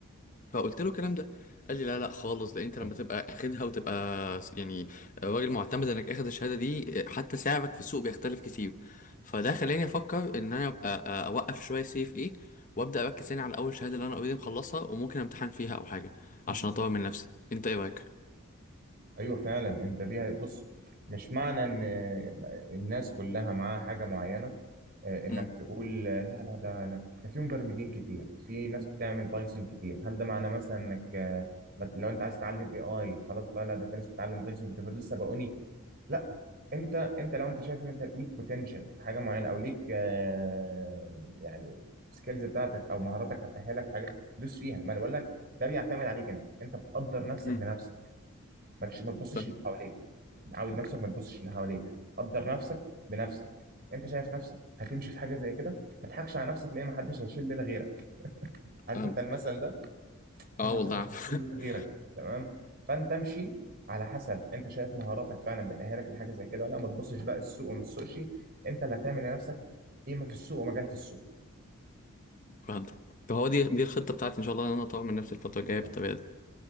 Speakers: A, on the left; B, on the right.
A: فقلت له الكلام ده قال لي لا لا خالص ده انت
B: طب.
A: لما تبقى اخدها وتبقى س- يعني راجل معتمد انك اخد الشهاده دي حتى سعرك في السوق بيختلف كتير فده خلاني افكر ان انا ابقى أ- اوقف شويه سي اف ايه وابدا اركز تاني على اول شهاده اللي انا اوريدي مخلصها وممكن امتحن فيها او حاجه
B: مم.
A: عشان اطور من نفسي انت ايه رايك
B: ايوه فعلا انت دي بص مش معنى ان الناس كلها معاها حاجه معينه آه، انك
A: امم
B: تقول آه، لا لا ده أنا- ده في مبرمجين كتير في ناس بتعمل بايثون كتير هل ده معناه مثلا انك آه، ما- لو انت عايز تتعلم اي اي خلاص بقى لا ده في ناس بتتعلم بايثون كتير فدول سبقوني لا انت انت لو انت شايف ان انت ليك بوتنشال في حاجه معينه او ليك آه، يعني سكيلز بتاعتك او مهاراتك هتاهلك في حاجه دوس فيها ما انا بقول لك ده بيعتمد عليك انت انت بتقدر نفسك
A: أمم.
B: بنفسك ما تش- ما تبصش
A: فاهم-
B: اللي حواليك عود نفسك ما تبصش اللي حواليك قدر نفسك بنفسك انت شايف نفسك هتمشي في حاجه زي كده ما تضحكش على نفسك لان ما حدش هيشيل ليلة غيرك عارف
A: فهمتك
B: انت المثل ده
A: اه
B: انا ما
A: والله
B: حدش
A: عارف
B: هيشيل
A: <laughs>
B: ليلة غيرك تمام فانت امشي على حسب انت شايف مهاراتك فعلا بتأهلك لحاجه زي كده ولا لا. ما تبصش بقى السوق وما تسوقش انت اللي هتعمل لنفسك قيمه في السوق ومجال في السوق
A: فهمتك فهو دي دي الخطه بتاعتي ان شاء الله ان انا اطور من نفسي الفتره الجايه
B: بالظبط
A: بالطريقه دي